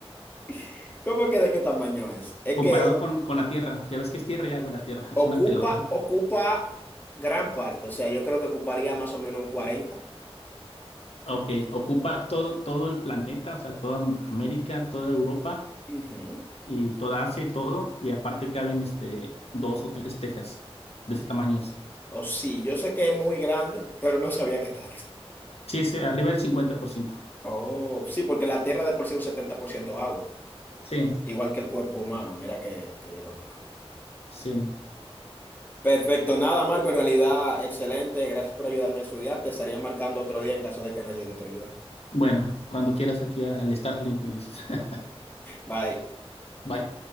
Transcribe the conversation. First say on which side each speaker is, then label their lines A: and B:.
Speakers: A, on the left (about 20°); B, on the left (about 75°).
A: <laughs> ¿Cómo que de qué tamaño es? Es
B: Comparado
A: que
B: con, con la Tierra. Ya ves que es tierra y agua la Tierra, <laughs>
A: ocupa,
B: es una pelota.
A: ocupa gran parte. O sea, yo creo que ocuparía más o menos un 40.
B: Ok, ocupa todo, todo el planeta, o sea, toda América, toda Europa
A: Ujú.
B: y toda Asia y todo. Y aparte caben este, dos o tres Texas. De ese tamaño es.
A: O sí, yo sé que es muy grande, pero no sabía qué tanto.
B: Sí, es arriba del 50%.
A: Oh, sí, porque la Tierra
B: Ok.
A: de por sí es un 70% agua,
B: Sí,
A: igual que el cuerpo humano. Mira qué, qué irónico.
B: sí.
A: Perfecto, nada, Marco, en realidad excelente. Gracias por ayudarme a estudiar. Te estaría marcando otro día en caso de que necesite tu ayuda.
B: Bueno, cuando quieras aquí al al Starlink me dices. <laughs>
A: Bye.
B: Bye.